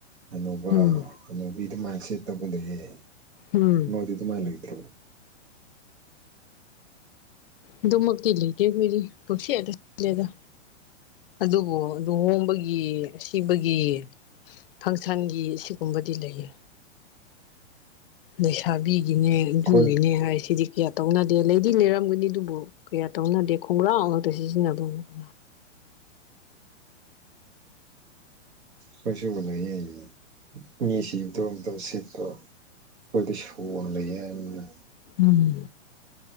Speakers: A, on the right; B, on the left.
A: ꯑꯅꯧꯕ
B: ꯎꯝ
A: ꯍꯅꯨꯕꯤ ꯗꯨꯃꯥꯏꯅ ꯁꯦꯠꯇꯧꯕ ꯂꯩꯌꯦ
B: ꯎꯝ
A: ꯅꯣꯏꯗꯤ ꯗꯨꯃꯥꯏ ꯂꯩꯇ꯭ꯔꯣ
B: ꯑꯗꯨꯃꯛꯇꯤ ꯂꯩꯇꯦ ꯑꯩꯈꯣꯏꯗꯤ ꯄꯨꯛꯁꯦꯠꯇ ꯁꯦꯠꯂꯦꯗ ꯑꯗꯨꯕꯨ ꯂꯨꯍꯣꯡꯕꯒꯤ ꯑꯁꯤꯕꯒꯤ ꯐꯪꯁꯟꯒꯤ ꯁꯤꯒꯨꯝꯕꯗꯤ ꯂꯩꯌꯦ ꯂꯩꯁꯥꯕꯤꯒꯤꯅꯦ
A: ꯑꯩꯈꯣꯏ
B: ꯑꯗꯨꯒꯤꯅꯦ ꯍꯥꯏꯁꯤꯗꯤ ꯀ꯭ꯌꯥ ꯇꯧꯅꯗꯦ ꯂꯩꯗꯤ ꯂꯩꯔꯝꯒꯅꯤ ꯗꯨꯕꯨ ꯀꯌꯥ ꯇꯧꯅꯗꯦ ꯈꯣꯡꯒ꯭ꯔꯥꯎ ꯉꯥꯛꯇ ꯁꯤꯖꯤꯟꯅꯕ <unintelligible>
A: ꯀꯣꯏꯁꯨꯕꯨ ꯂꯩꯌꯦ ꯃꯤ ꯁꯤꯕꯗꯣ ꯑꯝꯇ ꯁꯦꯠꯄ ꯈꯣꯏꯗꯤ ꯁꯣꯜ ꯂꯩꯌꯦ ꯍꯥꯢꯕꯅꯤꯗ
B: ꯎꯝ